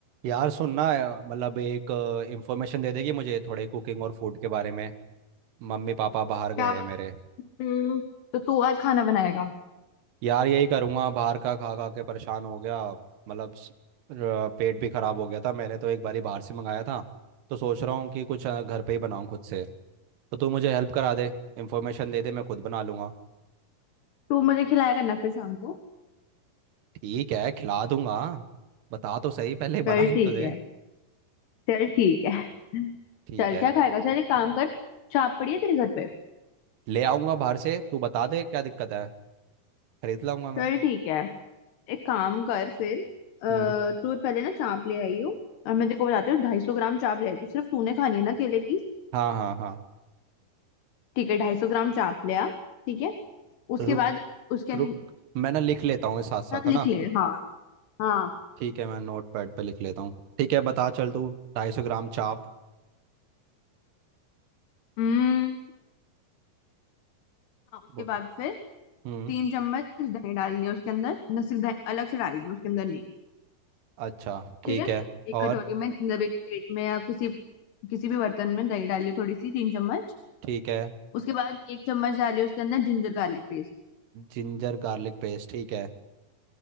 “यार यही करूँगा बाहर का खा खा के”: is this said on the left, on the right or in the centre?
Right